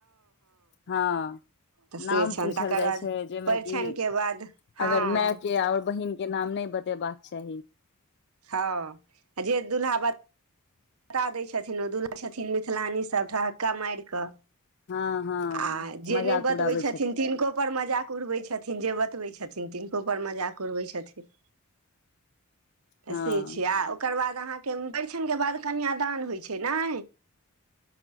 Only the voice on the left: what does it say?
हँ।
नाम
पूछल
जाइ
छै जाहिमे
कि
अगर मायके आओर बहिनके नाम नहि बता। से बात छै
हँ हँ
मजाक
उड़ाबै
हँ